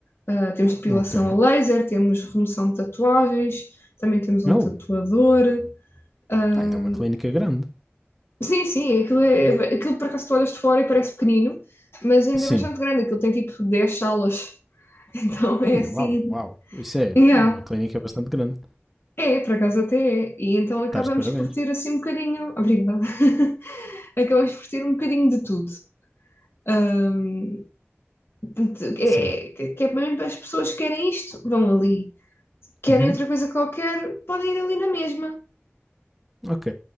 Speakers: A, on the left; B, in the centre.
A: ah, temos depilação
B: ok.
A: a laser, temos remoção de tatuagens, também temos
B: Não,
A: um tatuador. Ah,
B: ah, então é uma clínica grande.
A: sim, sim, aquilo, é, aquilo por acaso tu olhas de fora e parece pequenino, mas ainda
B: Sim.
A: é bastante grande, aquilo tem tipo 10 salas. <laughs> Então é
B: Hum,
A: assim.
B: uau, uau. Isso é
A: Yeah.
B: uma clínica bastante grande.
A: É, por acaso até é. E então acabamos
B: Estás de parabéns.
A: por ter assim um bocadinho. Obrigada. <laughs> Acabamos por ter um bocadinho de tudo. Ahm, portanto, é,
B: Sim.
A: é- que é mesmo as pessoas que querem isto, vão ali. Querem
B: Uhum,
A: outra coisa qualquer, podem ir ali na mesma.
B: ok.